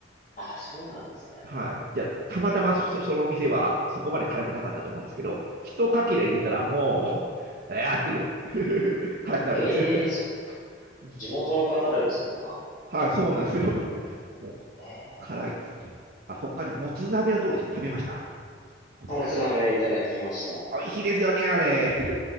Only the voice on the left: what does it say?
あ、そうなんですね。
ええ、そう。
地元の方でもそんな。
ええ
おつ鍋いただきました。